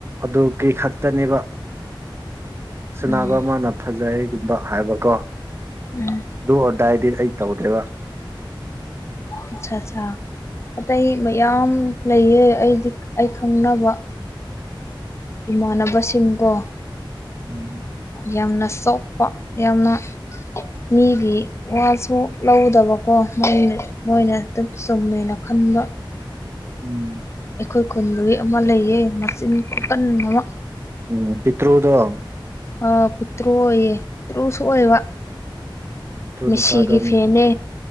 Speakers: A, on the right; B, on the left.
A: ꯑꯗꯨꯒꯤ ꯈꯛꯇꯅꯦꯕ ꯁꯅꯕ
B: ꯎꯝ
A: ꯃꯥꯅ ꯐꯖꯩꯒꯨꯝꯕ ꯍꯥꯏꯕꯀꯣ
B: ꯎꯝ
A: ꯗꯨ ꯑꯣꯔ ꯗꯥꯏꯗꯤ ꯑꯩ ꯇꯧꯗ꯭ꯔꯦꯕ
B: ꯑꯠꯁꯥ ꯑꯠꯁꯥ ꯑꯇꯩ ꯃꯌꯥꯝ ꯂꯩꯌꯦ ꯑꯩꯗꯤ ꯑꯩ ꯈꯪꯅꯕ ꯏꯃꯥꯟꯅꯕꯁꯤꯡꯀꯣ
A: ꯎꯝ
B: ꯌꯥꯝꯅ ꯁꯣꯛꯄ ꯌꯥꯝꯅ ꯃꯤꯒꯤ ꯋꯥꯁꯨ ꯂꯧꯗꯕꯀꯣ ꯃꯣꯏꯅ ꯃꯣꯏꯅ ꯑꯗꯨꯝ ꯆꯨꯝꯃꯦꯅ ꯈꯟꯕ
A: ꯎꯝ
B: ꯑꯩꯈꯣꯏ ꯈꯨꯟꯗꯨꯒꯤ ꯑꯃ ꯂꯩꯌꯦ ꯃꯆꯤꯟ ꯈꯨꯀꯟ ꯑꯃ
A: ꯎꯝ ꯄꯤꯇ꯭ꯔꯨꯗꯣ
B: ꯑ ꯄꯤꯛꯇ꯭ꯔꯨ ꯑꯣꯏꯌꯦ ꯇ꯭ꯔꯨꯁꯨ ꯑꯣꯏꯕ
A: ꯇ꯭ꯔꯨ
B: ꯃꯦꯁꯤꯒꯤ
A: ꯅꯨꯄꯥꯗꯣ
B: ꯐꯦꯟꯅꯦ